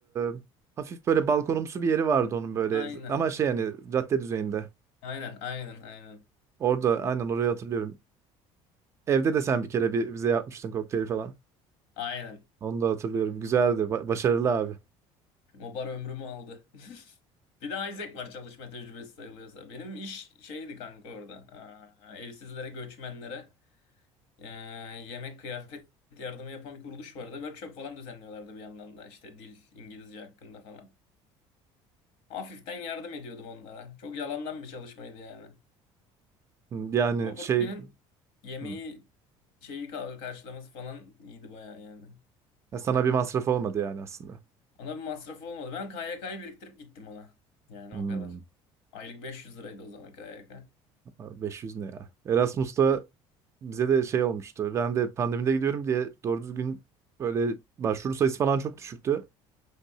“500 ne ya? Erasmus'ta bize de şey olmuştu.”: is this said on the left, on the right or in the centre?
Right